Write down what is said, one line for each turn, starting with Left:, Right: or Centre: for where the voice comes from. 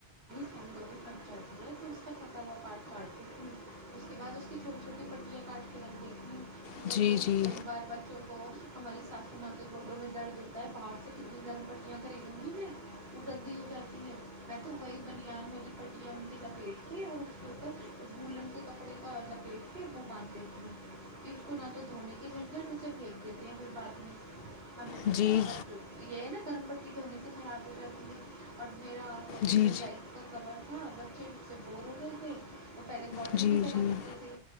Right: لی پھٹ جاتی ہے تو اس کا پھٹا ہوا کاٹتیھر اس کے بعد اس کی چھوٹی چھوٹی پتر کاارٹ کے رکھ دیتی ہیں کہیں
Left: جی
Right: گے
Left: جی
Right: کئی بار بچوں کو ہماری ساسو ماں کے گڈوں میں درد ہوتا ہے باہر سے کتنی گرم پٹیاں خریدوں گی میں وہ گدی ہو جاتی ہے میں تو وہی بنان والی پٹیاں ان کی لپیٹ کے اور اس کے اوپر بولن کے کپڑے کا لپیٹ وہ باندھ دیتی ہیں اسس کو نہ تو دھونے کی جھٹجٹ اسے پھینک دیتے ہیں پھر بعد میں ہمیں
Left: جی
Right: اگر یہ نا ک پٹی دھونی سے خراب ہو جاتی ہے اور میرا سب
Left: جی
Right: رجائ
Left: جی
Right: کا کبر تھا بچے سے بور ہو گئے تھے تو پہلے کاٹن
Left: جی
Right: بھی چلا
Left: جی
Right: کرتے تھے